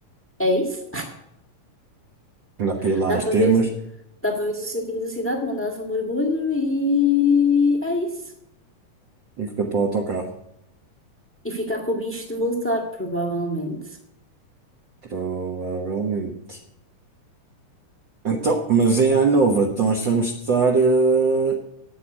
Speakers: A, on the left; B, on the right.
A: É isso?
B: Dá
A: <laughs>
B: para ir lá
A: Dá
B: às
A: para
B: termas.
A: ver, dá para ver o centro da cidade, mandar um mergulho e. É isso.
B: E fica para o autocarro,
A: E ficar com o bicho de voltar, provavelmente.
B: provavelmente. Então, mas em Anova, então nós vamos estar eh,